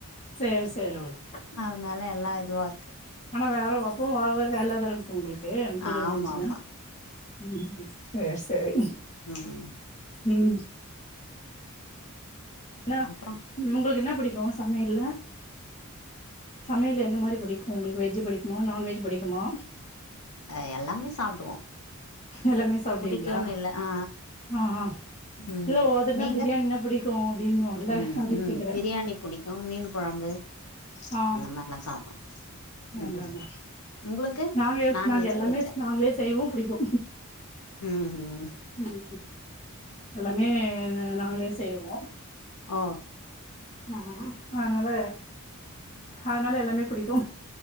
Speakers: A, on the left; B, on the left.
A: சேரி சேரி ஓகே
B: அதுனால எல்லா இதுவா இருக்கு
A: ஆனா வேற அப்பவு வார வர வேலதா இருக்கு உங்களுக்கு பூஜ
B: ஆமா
A: ரூம் வந்ச்சுனா
B: ஆமா
A: ம் செரி செரி
B: ம்
A: ம் என்ன
B: அப்றோ
A: உங்களுக்கு என்ன பிடிக்கு சமையல்ல சமையல்ல எந்த மாரி பிடிக்கு உங்களுக்கு வெஜ் பிடிக்குமா நான்வெஜ் பிடிக்குமா
B: அ எல்லாமே சாப்டுவோ
A: எல்லாமே சாப்டுவீங்களா
B: புடிக்குன்னு இல்ல ஆ
A: ம் ம்
B: ம்
A: இல்ல ஒவ்வொருத்தருக்கனா
B: நீங்க
A: பிரியாணினா பிடிக்கு அப்டின்னு வாங்கள
B: ம்
A: அதுக்கு
B: ம்
A: கேக்குறே
B: பிரியாணி புடிக்கு மீன் கொழம்பு
A: ஆ
B: அந்த மாரெல்லா சாப்றோ ம்
A: அதா
B: ம்
A: அதா
B: உங்களுக்கு
A: நாங்க
B: நான்
A: நாங்க
B: வெஜ்ஜா
A: எல்லாமே
B: வெஜ்ஜா
A: நாங்களே செய்வோ பிடிக்கு
B: ம்
A: ம் எல்லாமே நாங்களே செய்வோ
B: ஆ
A: ம் அதனால அதனால எல்லாமே பிடிக்கு